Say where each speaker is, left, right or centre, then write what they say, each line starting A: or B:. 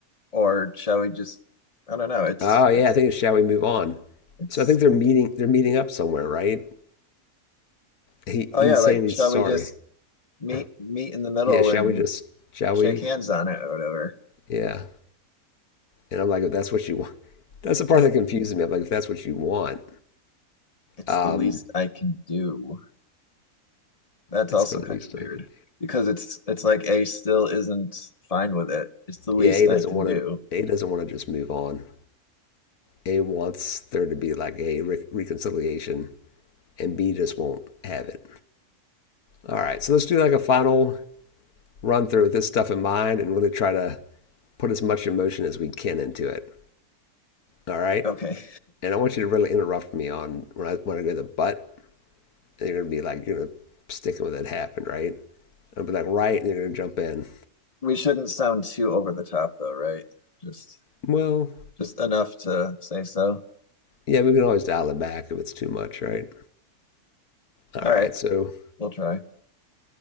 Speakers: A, on the left (about 25°); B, on the left (about 80°).
A: Or shall we just, I don't know, it's
B: Oh yeah,
A: it's
B: I think it's shall we move on.
A: it's
B: So I think they're meeting. They're meeting up somewhere, right? He
A: oh
B: he's
A: yeah, like
B: saying he's
A: shall
B: sorry.
A: we just meet meet in the middle
B: Yeah, shall
A: and
B: we just? Shall
A: shake
B: we?
A: hands on it or whatever.
B: Yeah. And I'm like, if that's what you want, <laughs> that's the part
A: It's
B: that confuses me. I'm like, if that's what you want,
A: it's
B: um,
A: the least I can do. That's
B: it's
A: also
B: the
A: kind
B: least
A: of weird
B: I can
A: because it's it's like A still isn't fine with it. It's the least
B: do. Yeah, A
A: I
B: doesn't
A: can
B: want
A: do.
B: to. A doesn't want to just move on. A wants there to be like a re reconciliation, and B just won't have it. All right, so let's do like a final run through with this stuff in mind, and really try to put as much emotion as we can into it. All right,
A: Okay.
B: and I want you to really interrupt me on when I when I go to the but. And you're gonna be like, you're gonna sticking with it happened, right? I'll be like, right, and you're gonna jump in.
A: We shouldn't sound too over the top though, right? Just
B: Well,
A: just enough to say so.
B: Yeah, we can always dial it back if it's too much, right? All
A: All right,
B: right, so
A: we'll try.